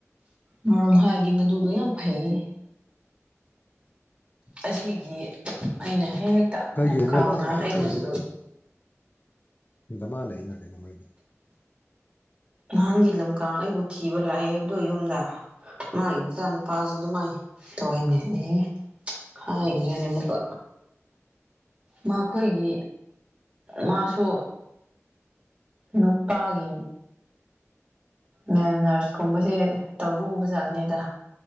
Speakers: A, on the right; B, on the left.
A: ꯃꯔꯝ ꯍꯥꯏꯔꯗꯤ ꯃꯗꯨꯗꯣ ꯌꯥꯝ ꯐꯩꯌꯦ ꯑꯁꯤꯒꯤ ꯑꯩꯅ ꯍꯦꯛ ꯍꯦꯛꯇ
B: ꯑꯩꯈꯣꯏꯒꯤꯁꯤꯅ
A: ꯂꯝꯀꯥꯡꯅ
B: ꯑꯥ
A: ꯂꯩꯕꯗꯨꯗ
B: ꯗꯃꯥ ꯂꯩꯅ ꯀꯩꯅꯣ ꯃꯣꯢꯗꯤ
A: ꯅꯍꯥꯟꯒꯤ ꯂꯝꯀꯥꯡ ꯑꯩꯕꯨ ꯊꯤꯕ ꯂꯥꯛꯑꯦ ꯍꯥꯏꯕꯗꯣ ꯌꯨꯝꯗ ꯃꯥꯒꯤ ꯃꯆꯥꯥꯟ ꯅꯨꯄꯥꯁꯨ ꯑꯗꯨꯃꯥꯏꯅ ꯇꯧꯏꯅꯦ ꯑꯦ ꯍꯥꯏꯈꯔꯦꯅꯦ ꯑꯃꯨꯀ ꯃꯈꯣꯏꯒꯤ ꯃꯥꯁꯨ ꯅꯨꯄꯥꯒꯤ ꯃꯦꯜ ꯅꯔꯁꯀꯨꯝꯕꯁꯦ ꯇꯧꯔꯨꯕ ꯖꯥꯠꯅꯦꯗ